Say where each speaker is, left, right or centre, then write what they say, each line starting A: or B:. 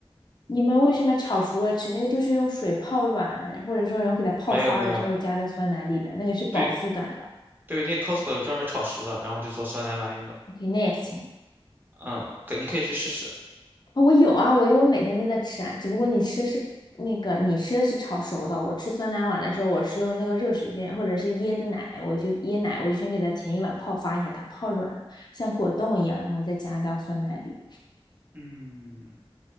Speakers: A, on the left (about 45°); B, on the right (about 20°).
A: 你们为什么炒熟了吃？那个就是用水泡软，或者说然后给它泡发了之后加在酸奶里的，
B: 没有没有，
A: 那个是饱腹感的。
B: 对对，那 Costco 有专门炒熟的，然后就做酸奶碗用的。
A: OK，那也行
B: 嗯，可你可以去试试。
A: 啊，我有啊，我有，我每天都在吃啊，只不过你吃的是那个你吃的是炒熟的，我吃酸奶碗的时候，我是用那个热水先或者是椰子奶，我就椰奶我就先给它前一碗泡发一下，它泡软像果冻一样，然后我再加到酸奶里。
B: 嗯，